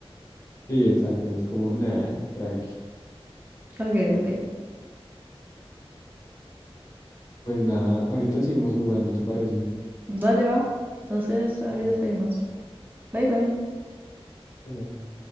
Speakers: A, on the left (about 35°); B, on the right (about 20°).
A: Sí, exacto, es como, nada, tranqui.
B: Ok, ok.
A: Pues nada, ahorita seguimos jugando, ¿te parece?
B: Dale, va. Entonces, ahorita
A: Dale,
B: seguimos. Bye bye.
A: bye.